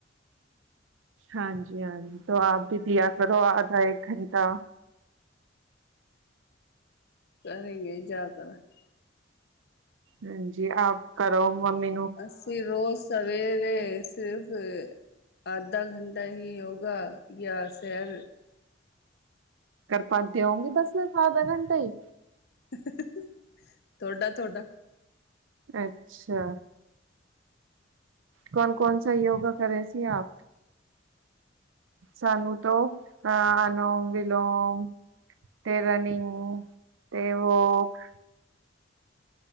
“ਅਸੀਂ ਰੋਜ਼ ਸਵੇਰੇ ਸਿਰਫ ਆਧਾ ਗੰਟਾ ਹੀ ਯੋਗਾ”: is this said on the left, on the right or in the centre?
Left